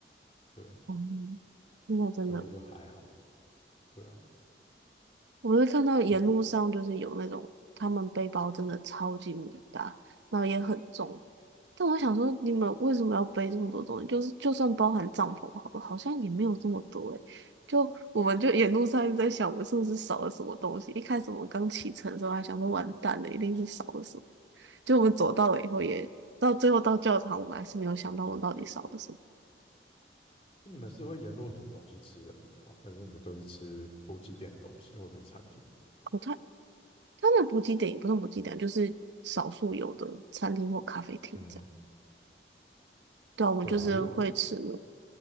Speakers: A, on the left (about 35°); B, on the right (about 85°).
A: 对。
B: 嗯，那真的。
A: 所以就还好，对啊。
B: 我会看到沿路上就是有那种他们背包真的超级无敌大，
A: 但
B: 然后也很重。但我想说，你们为什么要背这么多东西？就是就算包含帐篷好了，好像也没有这么多诶、就我们就沿路上一直在想，我们是不是少了什么东西？一开始我们刚启程的时候还想说完蛋了，一定是少了什么。就我们走到了以后也，到最后到教堂，我们还是没有想到我们到底少了什么。
A: 那你们是会沿路煮东西吃的人吗？还是你们都是吃补给点的东西或者是餐厅？
B: 我它它的补给点也不是补给点，就是少数有的餐厅或咖啡厅这样。
A: 嗯，
B: 对啊，我们就是会吃那
A: 对啊，因为